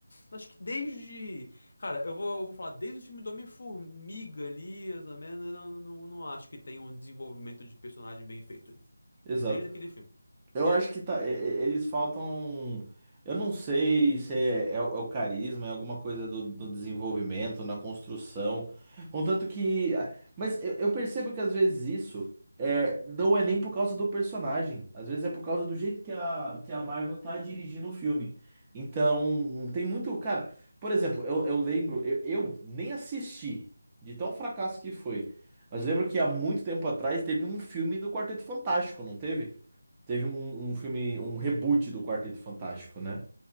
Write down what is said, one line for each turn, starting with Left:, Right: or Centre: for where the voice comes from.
Left: Acho que desde. Cara, eu vou, eu vou falar, desde o filme do Homem-Formiga ali, mais ou menos, eu não, não, não acho que tem um desenvolvimento de personagem bem feito ali.
Right: Exato.
Left: De- Desde aquele filme.
Right: Eu acho que tá, e- e- eles faltam. Eu não sei se é, é, o é o carisma, é alguma coisa do, do desenvolvimento, na construção. Contanto que. Mas eu, eu percebo que às vezes isso é, não é nem por causa do personagem. Às vezes é por causa do jeito que a, que a Marvel tá dirigindo o filme. Então, tem muito. Cara, por exemplo, eu, eu lembro, eu, eu nem assisti, de tão fracasso que foi. Mas lembro que há muito tempo atrás teve um filme do Quarteto Fantástico, não teve? teve um, um filme, um reboot do Quarteto Fantástico, né?